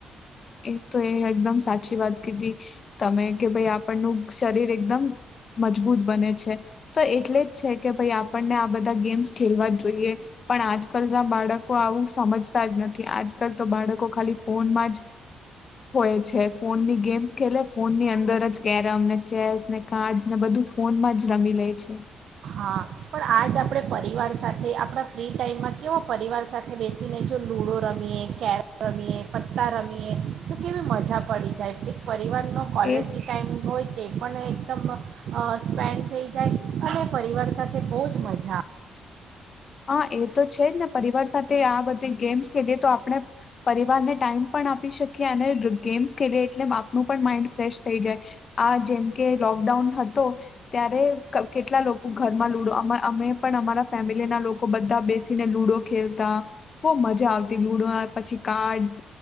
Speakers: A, on the left; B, on the right.
A: એ તો એ એકદમ સાચી વાત કીધી, તમે કે ભાઈ આપણનું શરીર એકદમ મજબૂત બને છે. તો એટલે જ છે કે ભાઈ આપણને આ બધા ગેમ્સ ખેલવા જોઈએ પણ આજકાલ ના બાળકો આવું સમજતા જ નથી. આજકાલ તો બાળકો ખાલી ફોનમાં જ હોય છે. ફોનની ગેમ્સ ખેલે, ફોનની અંદર જ કેરમ ને ચેસ ને કાર્ડ ને બધું ફોનમાં જ રમી લે છે.
B: હા પણ આ જ આપણે પરિવાર સાથે આપણા ફ્રી ટાઈમમાં કેવો પરિવાર સાથે બેસીને જો લૂડો રમીએ કેરમ રમીએ, પત્તા રમીએ તો કેવી મજા પડી જાય. એક પરિવારનો કલિટી
A: એ
B: ટાઈમ હોય તે પણ એકદમ સ્પેન્ડ થઈ જાય અને પરિવાર સાથે બહુ જ મજા.
A: હા એ તો છે જ ને પરિવાર સાથે આ બધી ગેમ્સ દ તો આપણે પરિવારને ટાઈમ પણ આપી શકીએ, અને ગેમ્સ ખેલી, એટલે આપનું પણ માઈન્ડ ફ્રેશ થઈ જાય. આ જેમ કે લોકડાઉન હતો, ત્યારે કેટલા લોકો ઘરમાં લુડો અમે પણ અમારા ફેમિલીના લોકો લોકો બધા બેસીને લુડો ખેલતા, બહુ મજા આવતી લુડો પછી, કાર્ડસ